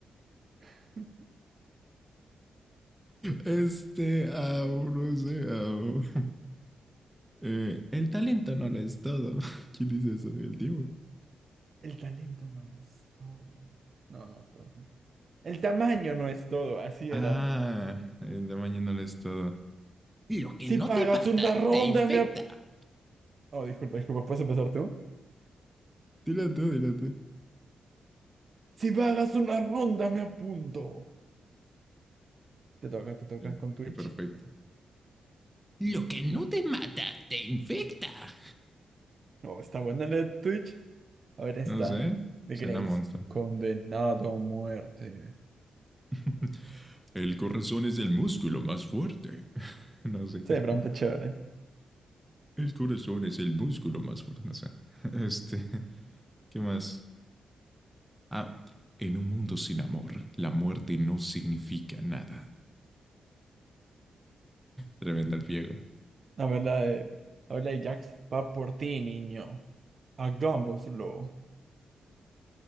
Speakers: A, on the right; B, in the centre.
A: <laughs>
B: Este, au, no sé, au. <laughs> Eh, el talento no lo es todo. <laughs> ¿Quién dice eso? El tipo.
A: El talento no lo es todo. No, no me acuerdo. El tamaño no es todo, así
B: Ah,
A: era.
B: el tamaño no lo es todo. Lo que
A: Si
B: no
A: pagas
B: te mata,
A: una ronda,
B: te infecta.
A: me... ap- Oh, disculpa, disculpa, ¿puedes empezar tú?
B: Dile tú, dile tú.
A: Si pagas una ronda, me apunto. Te toca, te toca
B: Sí,
A: con Twitch.
B: Qué perfecto. Lo que no te mata, te infecta.
A: No, está buena la de Twitch. A ver, está.
B: No sé.
A: de
B: Cena
A: Graves.
B: monstruo.
A: Condenado a muerte.
B: <laughs> El corazón es el músculo más fuerte. <laughs> No sé qué.
A: Sí, pregunta chévere.
B: El corazón es el músculo más fuerte. no sé. <laughs> Este, ¿qué más? Ah, en un mundo sin amor, la muerte no significa nada. Tremenda el viejo.
A: A ver, la de. A ver, la de Jax. Va por ti, niño. Hagámoslo.